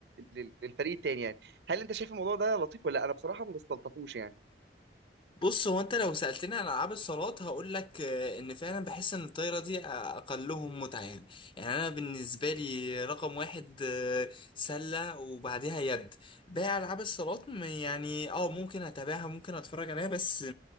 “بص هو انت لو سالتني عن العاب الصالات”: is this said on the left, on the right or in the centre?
Left